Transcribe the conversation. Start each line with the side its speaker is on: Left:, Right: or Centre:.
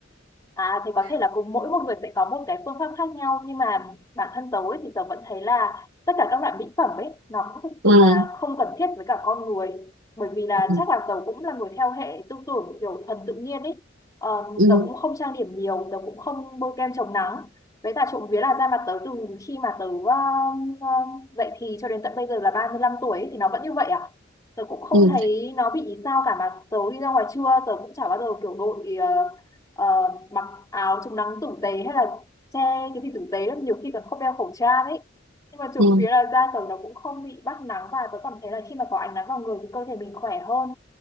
Left: À thì có thể là cùng mỗi một người sẽ có một cái phương pháp khác nhau nhưng mà bản thân tớ ấy, thì tớ vẫn thấy là tất cả các loại mỹ phẩm ấy nó cũng thực
Right: ừ.
Left: sự là không cần thiết với cả con người bởi vì là
Right: Ừ.
Left: chắc là tớ cũng là người theo hệ tư tưởng kiểu thuần tự nhiên ấy ờ,
Right: Ừ.
Left: tớ cũng không trang điểm nhiều tớ cũng không bôi kem chống nắng với cả trộm vía là da mặt tớ từ khi mà tớ ờ, ờ, dậy thì cho đến tận bây giờ là 35 tuổi ấy, thì nó vẫn như vậy à tớ cũng không
Right: Ừ.
Left: thấy nó bị sao cả mà tớ đi ra ngoài trưa tớ cũng chả bao giờ kiểu đội ờ, ờ, mặc áo chống nắng tử tế hay là che cái gì tử tế lắm nhiều khi còn không đeo khẩu trang ấy nhưng mà trộm
Right: Ừ.
Left: vía là da tớ nó cũng không bị bắt nắng và tớ cảm thấy là khi mà có ánh nắng vào người thì cơ thể mình khỏe hơn